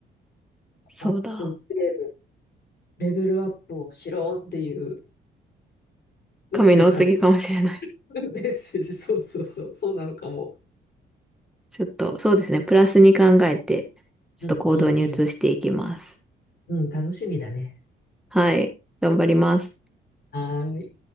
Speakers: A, in the centre; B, on the left.
A: そうだ。
B: アップグレード、レベルアップをしろっていう、宇宙から
A: 神のお告げかもしれない。
B: <laughs> メッセージ、そうそうそう、そうなのかも。
A: ちょっと、そうですね。プラスに考えて、ちょっと行動に移していきます。
B: うんうんうん。うん、楽しみだね。
A: はい。頑張ります。
B: はーい。